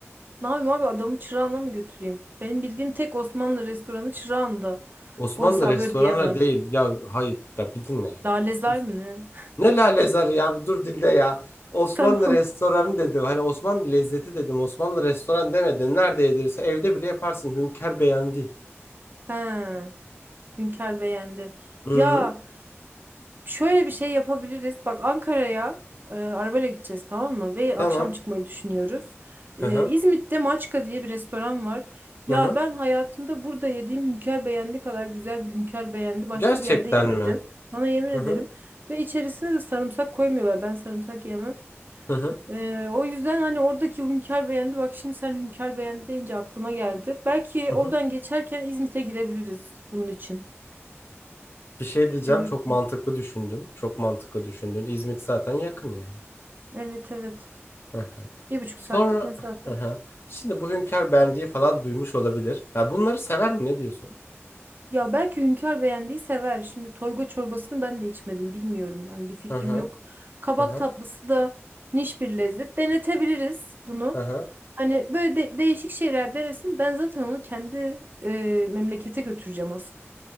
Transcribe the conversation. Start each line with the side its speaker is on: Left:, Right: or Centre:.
Right: Ne yapayım abi adamı Çırağan'a mı götüreyim? Benim bildiğim tek Osmanlı restoranı Çırağan'da.
Left: Osmanlı
Right: O hesabı
Left: restoranlar
Right: ödeyemem.
Left: değil. Ya hayır da bir dinle. ya.
Right: Lalezar
Left: Os-
Right: mı ne?
Left: Ne lalezarı ya bir dur dinle ya. Osmanlı
Right: <laughs> Tamam.
Left: restoranı dedim. Hani Osmanlı lezzeti dedim. Osmanlı restoran demedin. Nerede yedirse evde bile yaparsın. Hünkar beğendi.
Right: He. Hünkar beğendi.
Left: Hı
Right: Ya
Left: hı.
Right: Şöyle bir şey yapabiliriz. Bak Ankara'ya e, arabayla gideceğiz tamam mı? Ve
Left: Tamam.
Right: akşam çıkmayı düşünüyoruz.
Left: Hı
Right: E,
Left: hı.
Right: İzmit'te Maçka diye bir restoran var. Ya
Left: Hı hı.
Right: ben hayatımda burada yediğim hünkâr beğendi kadar güzel bir hünkâr beğendi. Başka
Left: Gerçekten
Right: bir yerde yemedim.
Left: mi?
Right: Sana yemin ederim.
Left: Hı hı.
Right: Ve içerisine de sarımsak koymuyorlar. Ben sarımsak yemem.
Left: Hı hı.
Right: E, o yüzden hani oradaki hünkâr beğendi. Bak şimdi sen hünkâr beğendi deyince aklıma geldi. Belki
Left: Hı
Right: oradan
Left: hı.
Right: geçerken İzmit'e girebiliriz bunun için.
Left: Bir şey diyeceğim.
Right: Ne diyorsun?
Left: Çok mantıklı düşündün. Çok mantıklı düşündün. İzmit zaten yakın yani.
Right: Evet evet.
Left: Hı hı.
Right: Bir buçuk
Left: Sonra
Right: saatlik mesafe.
Left: hı hı. Şimdi bu Hünkar Bendi'yi falan duymuş olabilir. Ya bunları sever mi? Ne diyorsun?
Right: Ya belki Hünkar beğendiği sever. Şimdi toyga çorbasını ben de içmedim. Bilmiyorum yani bir fikrim
Left: Hı hı.
Right: yok. Kabak
Left: Hı hı.
Right: tatlısı da niş bir lezzet. Denetebiliriz bunu.
Left: Hı hı.
Right: Hani böyle de- değişik şeyler denesin. Ben zaten onu kendi e, memlekete götüreceğim asıl.